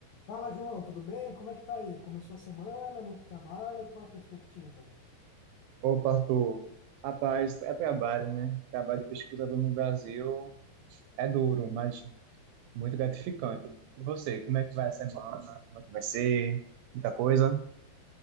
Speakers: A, on the left; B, on the right.
A: Fala, João, tudo bem? Como é que tá aí? Começou a semana, muito trabalho, qual a perspectiva?
B: Opa, Arthur. Rapaz, é trabalho, né? Trabalho de pesquisador no Brasil é duro, mas muito gratificante. E você, como é que vai a semana? Como é que vai ser? Muita coisa?